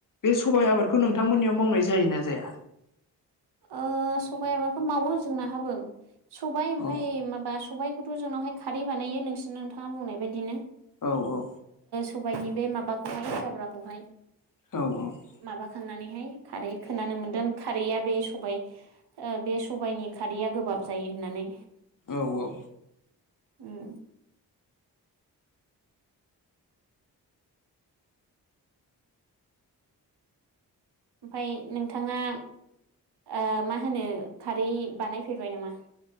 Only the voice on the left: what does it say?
बे सबाइ आबादखौ नोंथांमोननियाव मावनाय जायोना जाया?
औ
औ औ
औ औ
औ औ